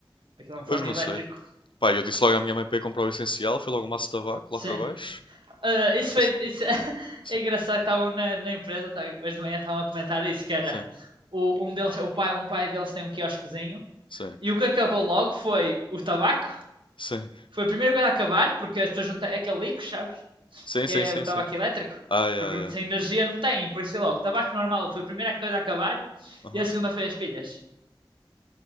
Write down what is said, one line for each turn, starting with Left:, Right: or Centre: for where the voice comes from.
Right: Aquilo é um forno
Left: Pois não
Right: elétrico.
Left: sei. Pá, eu disse logo à minha mãe para ir comprar o essencial, foi logo um maço de tabaco
Right: Sim.
Left: lá para baixo.
Right: Eh, isso foi,
Left: Eu disse,
Right: isso <laughs>
Left: sim,
Right: é engraçado que estavam na, na empresa, tá- hoje de manhã estavam a comentar isso, que era
Left: sim,
Right: o, um deles, o pai, um pai deles tem um quiosquezinho
Left: sim,
Right: e o que acabou logo foi o tabaco.
Left: sim.
Right: Foi a primeira coisa a acabar, porque as pessoas não têm é aquele líquido, sabes?
Left: Sim,
Right: Que
Left: sim,
Right: é
Left: sim,
Right: o tabaco
Left: sim.
Right: elétrico.
Left: Ai,
Right: Porque
Left: ai, ai.
Right: sem energia não tem, por isso foi logo. O Tabaco normal foi a primeira coisa a acabar
Left: Aham.
Right: e a segunda foi as pilhas.